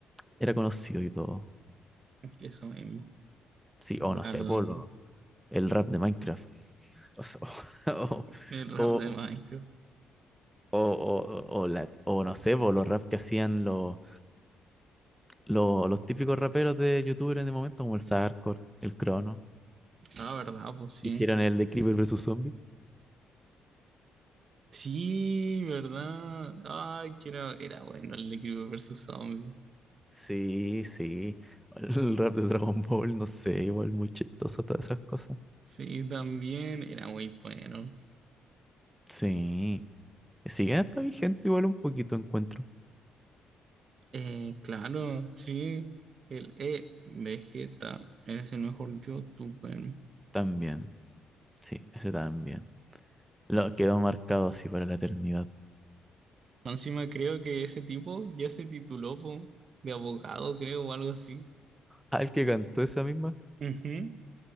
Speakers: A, in the centre; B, on the right.
A: Era conocido y todo.
B: eso mismo.
A: Sí,
B: Igual,
A: o no sé, por el rap de Minecraft. O, sea, <laughs> o,
B: el rap
A: o,
B: de Minecraft.
A: o, o- o la- o no sé, por los rap que hacían los, los, los típicos raperos de YouTuber en el momento, como el Sarkor, el Crono.
B: Ah, verdad, pues sí.
A: Hicieron el de Creeper versus Zombie.
B: Sí, verdad. Ay, que era, era bueno el de Creeper versus Zombie.
A: Sí, sí. El rap de Dragon Ball, no sé, igual muy chistoso, todas esas cosas.
B: Sí, también era muy bueno.
A: Sí. Sigue hasta vigente, igual un poquito encuentro.
B: Eh, claro, sí, el E Vegeta es el mejor youtuber.
A: También. Sí, ese también. Lo quedó marcado así para la eternidad.
B: Más Encima creo que ese tipo ya se tituló po, de abogado, creo, o algo así.
A: Ah, el que cantó esa misma,
B: Ujú.